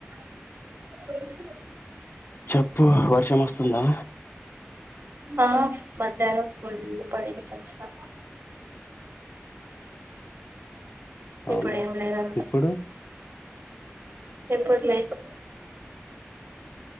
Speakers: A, on the right; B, on the left.
A: <unintelligible>
B: చెప్పు వర్షం వస్తుందా
A: ఆ మధ్యాహ్నాం ఫుల్ పడింది తెల్సా
B: అవునా
A: ఇప్పుడు ఏం లేదంతా
B: ఇప్పుడు
A: ఇప్పుడు లేదు